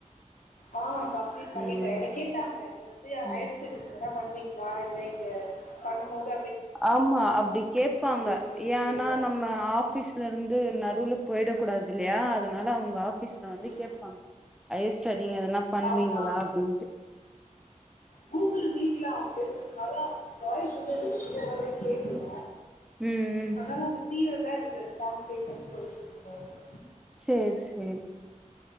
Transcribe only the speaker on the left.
ஆ கம்ப்ளீட் பண்ணிட்டே
என்ன கேட்டாங்க நீங்க வந்து ஹையர்
ஸ்டடிஸ் எதனா பண்ணுவீங்ளா இல்ல இங்க பண்ணம்போது
இப்டின்னு
கேட்டாங்க
ம்
ஆமா
கூகுள் மீட்ல அவுங்க பேசுறனால வாய்ஸ் வந்து எனக் க்ளியராவே கேக்கல
அதனால அந்த டி எல் தா எனக்கு டிரான்ஸ்லேட் பண்ணி சொல்லிட்ருந்தாரு